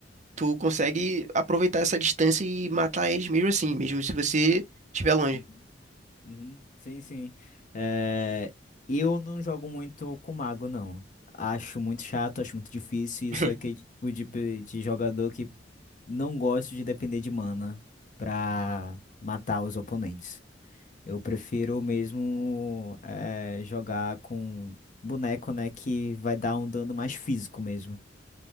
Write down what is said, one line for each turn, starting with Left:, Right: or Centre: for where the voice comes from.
Right: tu consegue aproveitar essa distância e matar eles mesmo assim, mesmo se você estiver longe.
Left: uhum, uhum. Sim, sim. É, eu não jogo muito com mago, não. Acho muito chato, acho muito difícil. E
Right: <laughs>
Left: sou aquele tipo de, pe- de jogador que não gosto de depender de mana pra matar os oponentes. Eu prefiro mesmo é, jogar com boneco, né, que vai dar um dano mais físico mesmo.